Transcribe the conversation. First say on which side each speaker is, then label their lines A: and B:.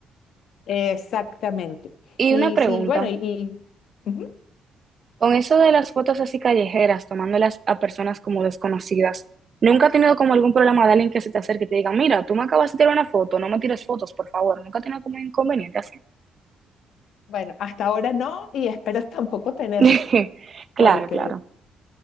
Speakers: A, on the left; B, on the right.
A: Exactamente.
B: Y
A: Y
B: una pregunta,
A: sí, bueno, y, y- ujú.
B: con eso de las fotos así callejeras, tomándolas a personas como desconocidas, ¿nunca has tenido como algún problema de alguien que se te acerque y te diga, mira, tú me acabas de tirar una foto, no me tires fotos, por favor? ¿Nunca has tenido como un inconveniente así?
A: Bueno, hasta ahora no y espero <laughs> tampoco tenerlo,
B: <laughs> Claro,
A: porque...
B: claro.